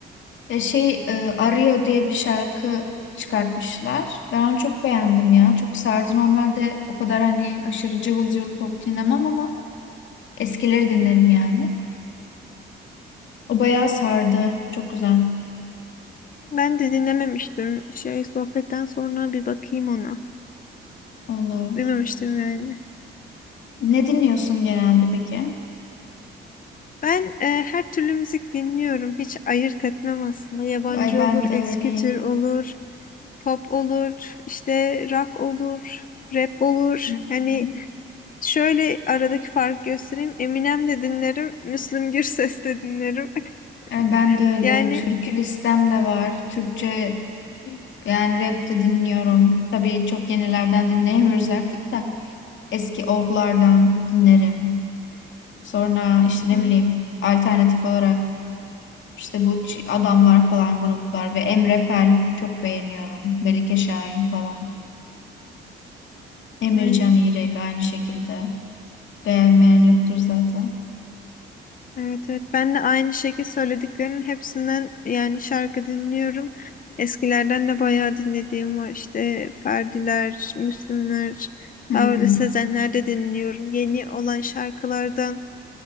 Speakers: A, on the left (about 70°); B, on the left (about 45°).
A: E, şey, e, Arıyor diye bir şarkı çıkartmışlar. Ben onu çok beğendim ya. Çok sardı. Normalde o kadar hani aşırı cıvıl cıvıl pop dinlemem ama Eskileri dinlerim yani. O bayağı sardı. Çok güzel.
B: Ben de dinlememiştim. Şey sohbetten sonra bir bakayım ona.
A: Olur.
B: Duymamıştım yani.
A: Ne dinliyorsun genelde peki?
B: Ben e, her türlü müzik dinliyorum. Hiç ayırt etmem aslında. Yabancı
A: Ay ben
B: olur,
A: de
B: eski
A: öyleyim.
B: tür olur, pop olur, işte rock olur, rap olur.
A: Hı
B: Yani
A: hı.
B: şöyle aradaki farkı göstereyim. Eminem de dinlerim, Müslüm Gürses de dinlerim.
A: Ay ben
B: <laughs>
A: de öyleyim.
B: Yani
A: Türkü listem de var. Türkçe yani rap de dinliyorum. Tabii çok yenilerden dinleyemiyoruz artık da. Eski oldlardan dinlerim. Sonra işte ne
B: evet,
A: bileyim alternatif olarak işte bu ç- adamlar falan gruplar ve Emre Fel çok beğeniyorum. Melike Şahin falan. Emircan
B: aynen.
A: İrek aynı şekilde. Beğenmeyen yoktur zaten.
B: Evet evet ben de aynı şekilde söylediklerinin hepsinden yani şarkı dinliyorum. Eskilerden de bayağı dinlediğim var işte Ferdiler, Müslümler,
A: Hı
B: daha
A: hı.
B: öyle Sezenler de dinliyorum. Yeni olan şarkılardan,